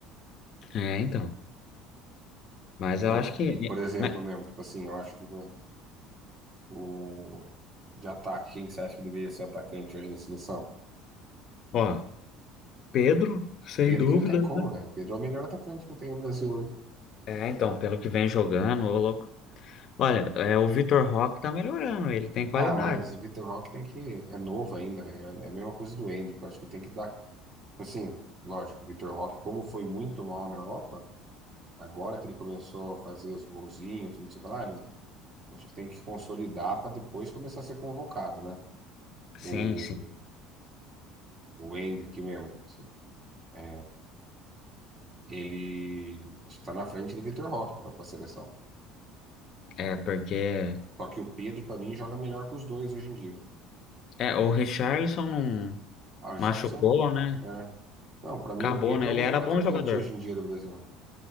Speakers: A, on the left; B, on the right.
A: É, então. Mas eu
B: Mano,
A: acho que,
B: e, por exemplo,
A: mas,
B: mesmo, tipo assim, eu acho que o, o- de ataque, quem que você acha que deveria ser atacante hoje na seleção?
A: ó, Pedro, sem
B: Pedro
A: dúvida,
B: não tem como,
A: né?
B: velho. Pedro é o melhor atacante que tem no Brasil hoje.
A: É, então, pelo que vem jogando, ô louco. Olha, é, o Vitor Roque tá melhorando, ele tem qualidade.
B: Ah, mas o Vitor Roque tem que. É novo ainda, velho. É a mesma coisa do Endrick. Eu acho que tem que dar. Assim, lógico, o Vitor Roque, como foi muito mal na Europa, agora que ele começou a fazer os golzinhos, tudo não sei o que lá, ele- acho que tem que consolidar para depois começar a ser convocado, né?
A: Sim,
B: O,
A: sim.
B: o Endrick mesmo. É, ele está na frente do Vitor Roque para a seleção.
A: É, porque
B: Só que o Pedro, para mim, joga melhor que os dois hoje em dia.
A: é, o Richarlison não
B: Ah, o Richarlison.
A: machucou, né?
B: É. Não, para mim,
A: Acabou,
B: o Pedro
A: né?
B: é
A: Ele
B: o melhor
A: era bom
B: atacante
A: jogador.
B: hoje em dia do Brasil.